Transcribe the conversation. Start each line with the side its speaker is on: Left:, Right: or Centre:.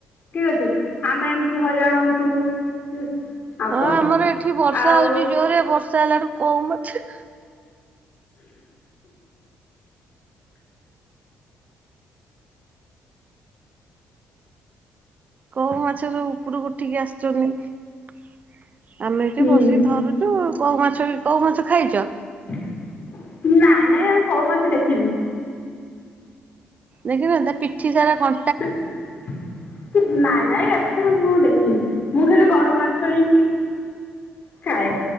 Left: ଠିକ୍ ଅଛି ଆମେ ଏମିତି ହଇରାଣ ହଉତୁଉ ଠିକ୍ ଅଛି। ଆଉ
Right: ହଁ
Left: କଣ?
Right: ଆମର ଏଠି ବର୍ଷା
Left: ଆଉ
Right: ହଉଚି ଜୋରରେ ବର୍ଷା ହେଲାଠୁ କୋଉ ମାଛ କୋଉ ମାଛ ସବୁ ଉପରକୁ ଉଠିକି ଆସିଚନ୍ତି। ଆମେ ଏଠି
Left: ହୁଁ
Right: ବସିକି ଧରୁଚୁ କୋଉ ମାଛ ବି କୋଉ ମାଛ ଖାଇଚ?
Left: ନାଇଁ ନାଇଁ ଆମେ କୋଉ ମାଛ ଦେଖିନୁ।
Right: ଦେଖିନ ତା ପିଠି ସାରା କ
Left: ହ ନାଇଁ ନାଇଁ ଏତେ ମୁଁ ଦେଖିନି ମୁଁ ଖାଲି ବଡ ମାଛ ହେଇଁ ଖାଏ।